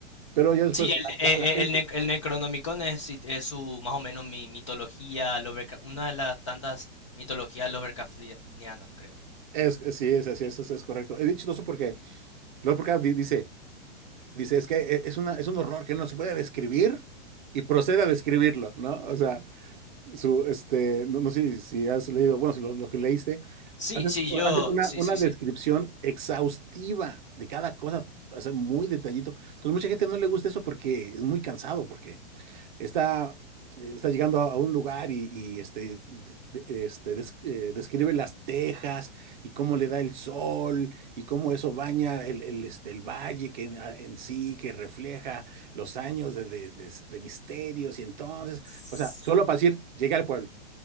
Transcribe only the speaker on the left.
Sí, el,
eh,
eh, el, ne- el Necronomicon es, es su, más o menos, mi mitología, Lovecra- una de las tantas mitologías Lovecraftianas, creo.
Sí,
sí, Sí. yo,
sí,
sí, sí.
S-